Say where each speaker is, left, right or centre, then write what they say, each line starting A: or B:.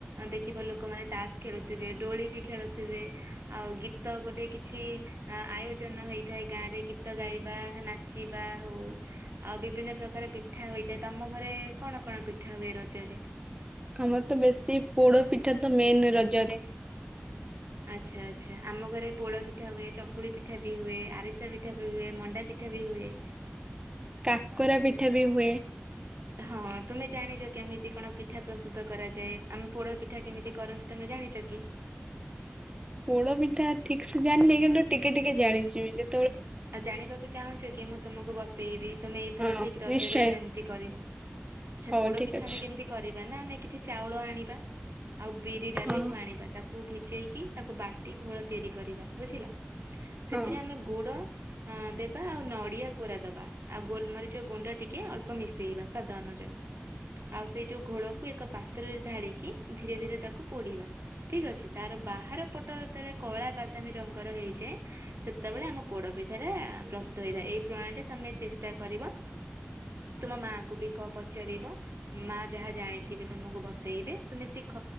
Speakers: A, on the right; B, on the right.
A: ଦେଖିବ ଲୋକମାନେ ତାସ ଖେଳୁଥିବେ ଡୋଳି ବି ଖେଳୁଥିବେ ଆଉ ଗୀତ ଗୋଟେ କିଛି ଆୟୋଜନ ହୋଇଥାଏ ଗାଁ ରେ ଗୀ ଗୀତ ଗାଇବା ନାଚ ଯିବା ହଉ ଆଉ ବିଭିନ୍ନ ପ୍ରକାର ପିଠା ହୋଇଥାଏ। ତମ ଘରେ କଣ କଣ ପିଠା ହୁଏ ରଜରେ?
B: ଆମର ତ ବେଶୀ ପୋଡପିଠା ତ ମେନ୍ ରଜରେ।
A: ଆଚ୍ଛା ଆଚ୍ଛା। ଆମ ଘରେ ପୋଡ଼ ପିଠା ହୁଏ ଚକୁଳି ପିଠା ବି ହୁଏ ଆରିସା ପିଠା ବି ହୁଏ ମଣ୍ଡା ପିଠା ବି ହୁଏ।
B: କାକରା ପିଠା ବି ହୁଏ।
A: ହଁ ତୁମେ ଜାଣିଚି କେମିତି କଣ ପିଠା ପ୍ରସ୍ତୁତ କରାଯାଏ ଆମେ ପୋଡ ପିଠା କେମିତି କରନ୍ତି ତମେ ଜାଣିଛ କି?
B: ପୋଡ ପିଠା ଠିକ ସେ ଜାଣିନି କିନ୍ତୁ ଟିକେ ଟିକେ ଜାଣିଚି ବି
A: ଆଉ ଜାଣିବାକୁ ଚାହୁଁଚି କି ମୁଁ ତୁମକୁ ବତେଇବି ତୁମେ ଏଇଥର
B: ହଁ
A: ଠିକ ରଜରେ
B: ନିଶ୍ଚୟ
A: ସେମିତି କରିବ। ଆଚ୍ଛା
B: ହଉ
A: ପୋଡ
B: ଠିକ
A: ପିଠା
B: ଅଛି
A: ଆମେ କେମିତି କରି ମାନେ ଆମେ କିଛି ଚାଉଳ ଆଣିବା। ଆଉ ବିରି ଡାଲିକୁୁ
B: ହଁ
A: ଆଣିବା ତାକୁ ଭି ଜେଇକି ତାକୁ ବାଟି ଘୋଳ ତିଆରି କରିବା ବୁଝିଲ।
B: ହଁ
A: ସେଥିରେ ଆମେ ଗୁଡ଼ ହଁ ଦେବା ଆଉ ନଡିଆ କୋରା ଦବା ଆଉ ଗୋଲମରିଚ ଗୁଣ୍ଡ ଟିକେ ଅଳ୍ପ ମିଶେଇବା ସ୍ଵାଦ ଅନୁଯାୟୀ ଆଉ ସେଇ ଯୋଉ ଘୋଳକୁ ଏକ ପାତ୍ରରେ ଢାଳିକି ଧୀରେ ଧୀରେ ତାକୁ ପୋଡିବା ଠିକ ଅଛି ତାର ବାହାର ପଟ ଯେତେବେଳେ କଳା ବାଦାମୀ ରଙ୍ଗର ହେଇଯାଏ ସେତେବେଳେ ଆମ ପୋଡ ପି ଠାଟା ପ୍ରସ୍ତୁତ ହୋଇଥାଏ ଏଇ ପ୍ରଣାଳୀରେ ତମେ ଚେଷ୍ଟା କରିବ ତୁମ ମାଙ୍କୁ ବି କ ପଚାରିବ ମା ଯାହା ଜାଣିଥିବେ ତୁମକୁ ବତେଇବେ ତମେ ଶିଖ